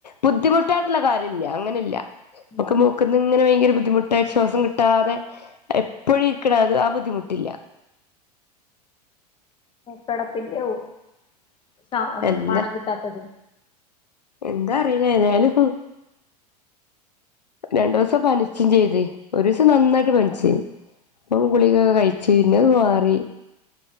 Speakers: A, on the left; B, on the left.
A: ബുദ്ധിമുട്ടായിട്ടുള്ള കാര്യല്ല അങ്ങനില്ല
B: ഉം
A: നമുക്ക് മൂ ക്ക്‌ന്ന് ഇങ്ങനെ ഭയങ്കര ബുദ്ധിമുട്ടായി ശ്വാസം കിട്ടാതെ എപ്പോഴും ഇരിക്കണം അത് ആ ബുദ്ധിമുട്ടില്ല
B: കടപ്പിന്റെ ആവും
A: എന്താ
B: മണം കിട്ടാത്തത്
A: എന്താ അറിയില ഏതായാലും രണ്ടു ദിവസം പനിച്ചും ചെയ്ത് ഒരു ദിവസം നന്നായിട്ട് പനിച്ച് ഇപ്പം ഗുളിക കഴിച്ചു പിന്നെ അത് മാറി